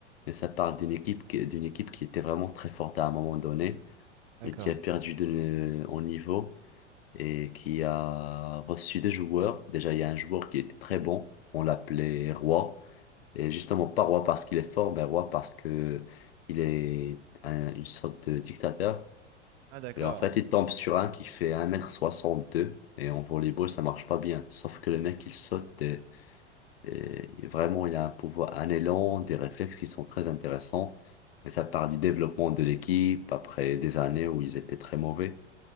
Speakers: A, on the left; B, on the right.
A: Et ça parle d'une équipe, qui- d'une équipe qui était vraiment très forte à un moment donné
B: D'accord.
A: et qui a perdu de, en niveau et qui a reçu des joueurs. Déjà, il y a un joueur qui était très bon, on l'appelait Roi, et justement pas Roi parce qu'il est fort, mais Roi parce que il est un- une sorte de dictateur.
B: Ah, d'accord.
A: Et en fait, il tombe sur un qui fait 1m62, et en volleyball, ça marche pas bien. Sauf que le mec, il saute, et, et vraiment, il a un pouvoir, un élan, des réflexes qui sont très intéressants. Mais ça part du développement de l'équipe après des années où ils étaient très mauvais.